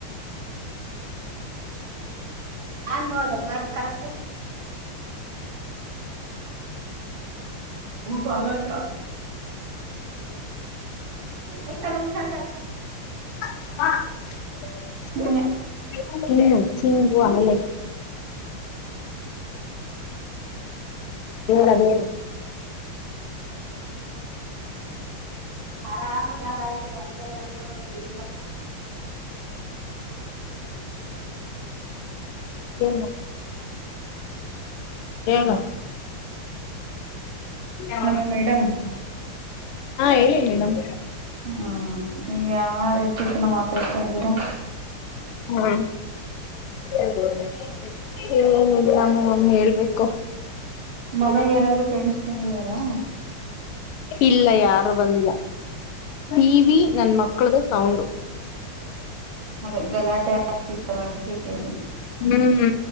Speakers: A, on the right; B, on the left.
A: ನಾನ್ ನೋಡ್ದ ಕರೆಕ್ ಹ ಬಲಟ ಬ ತ ನಟ
B: ಹಮ್
A: ನೀನೆ
B: ಹೀನ್ವಾನಲ್ಲೇ ಹೇಳದ ಹೇಳ
A: ಸಾರ ಆಾಮಾರೆಲ್ಲ ಏ
B: ಏ ನು ಹಾ
A: ಹಲೋ ಮೇಡಮ್
B: ಹೇಳಿ ಮೇಡಮ
A: ಹ್ಮ ನೀವ ಯಾವ ವದ್ಯಕ್ಕಿನ ಮಾತಾಡ್ತಾ್ದೀರಾ
B: ಹ್ಮ ಏಏನಿಲ್ಲಾಮ ನಮ್ಮ ಹೇಳ್ಬೇಕು
A: ಮನಾಗ ಯಾರಾದ್ರೂ ಫ್ರೆಂಡ್ಸ್ ಬಂದಿದಾರಾ
B: ಇಲ್ಲ ಯಾರು ಬಂದ ಈವಿ ನನ್ ಮಕ್ಳ್ದ ಸೌಂಡು
A: ಅದೇ ಗಲಾಟೆ ಆಗ್ತಿತ್ತಲ್ಲ ಅದಕ್ಕೆ ಕೇಳಿದೆ
B: ಹ್ಮ್ ಹ